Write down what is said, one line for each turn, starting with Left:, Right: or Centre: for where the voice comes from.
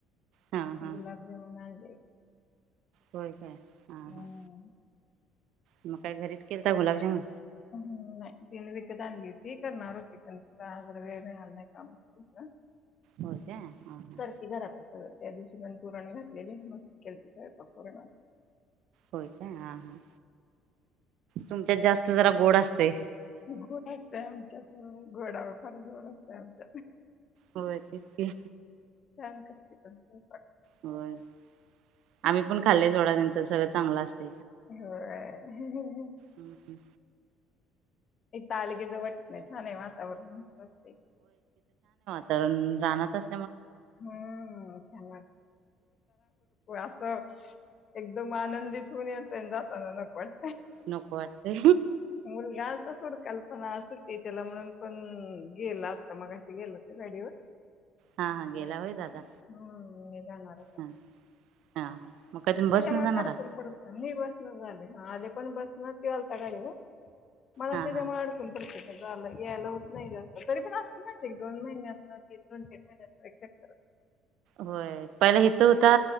Right: हा हा
Left: गुलाबजमुन आहे.
Right: होय काय. हा
Left: हम्म.
Right: हा. मग काय घरीच केलता गुलाबजमुन.
Left: हम् नाही तीन विकत आणली होती, करणार होती पण त जरा वेळ मिणार नाही काम होती आ.
Right: होय काय हा हा
Left: करती घरातीलं सगळं. त्या दिवशी पण पुरण घातलेली मस्त केलता स्वयंपाक पुरणाचा.
Right: होय काय हा हा तुमच्या जास्त जरा गोड असते.
Left: घोड असतय आमच्यात घोडावर. खारजवळ असते आमच
Right: होय तेच की
Left: <unintelligible> ह ह
Right: हो आम्ही पण खाल्ले सोडा त्यांचं सगळं चांगलं असत.
Left: हो
Right: हम्म हम्म
Left: तालगेज वाटत नाही छान आहे वातावरण असतंय.
Right: तर राहतच
Left: हम्म होर अस असं. एकदम आनंदित होऊन येेत ये जाताना न पण
Right: नको वाटतय
Left: मुलगा तर सोड कल्पना अस. ते त्याला म्हणून पण गेल आता मग अे गेल ते गाडीवर
Right: हा हा गेला
Left: नाही
Right: होय दादा
Left: हम्म म जाणार
Right: हा हा हा मग काय तुम्ही
Left: त्याच्यामुळे
Right: बसन जाणार
Left: थोडा
Right: आहात
Left: कुल पड मी बस झाले आ पण बसणार ते आलता गाडीवर मला
Right: हा
Left: तेच्यामुळे
Right: हा
Left: अडकून पडत लं यायला होत नाही जास्त तरी पण असतते ना दोन महिन्यात तीन दोन तीन महिन्यातक्
Right: होय पहिला हथ होता.